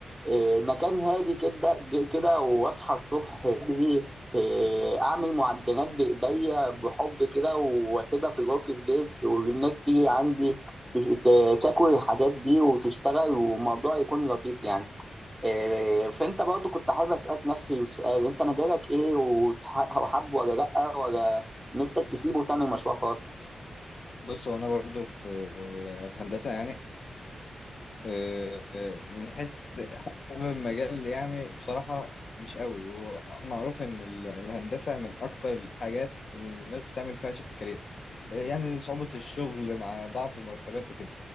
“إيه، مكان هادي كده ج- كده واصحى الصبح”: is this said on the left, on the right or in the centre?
Centre